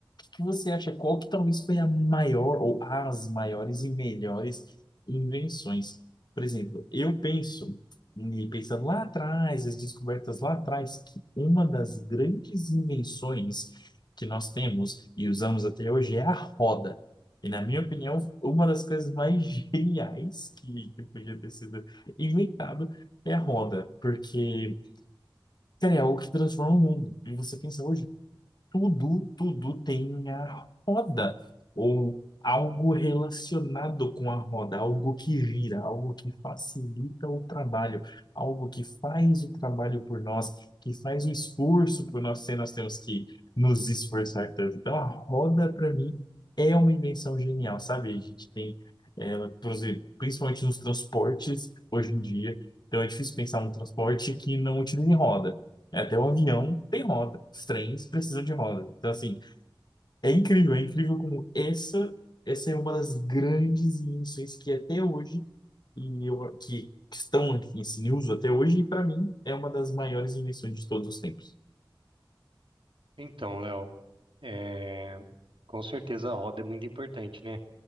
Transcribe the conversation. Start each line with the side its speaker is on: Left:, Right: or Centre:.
Left: que você acha qual que talvez foi a maior ou as maiores e melhores invenções? Por exemplo, eu penso, e pensando lá atrás, as descobertas lá atrás, que uma das grandes invenções que nós temos e usamos até hoje é a roda. E, na minha opinião, uma das coisas mais <laughs> geniais que, que podia ter sido inventado é a roda, porque, cara, é algo que transforma o mundo. E você pensa hoje, tudo, tudo tem a roda, ou algo relacionado com a roda, algo que gira, algo que facilita o trabalho, algo que faz o trabalho por nós, que faz o esforço por nós, se nós temos que nos esforçar tanto. Então, a roda, para mim, é uma invenção genial, sabe? A gente tem eh, ela, por exemplo, principalmente nos transportes, hoje em dia. Então, é difícil pensar num transporte que não utilize roda. É, Até o avião tem roda. Os trens precisam de roda. Então, assim, é incrível, é incrível como essa, essa é uma das grandes invenções que é até hoje, e eu, que, que estão aqui em uso até hoje, e para mim é uma das maiores invenções de todos os tempos.
Right: Então, Léo, é, com certeza a roda é muito importante, né?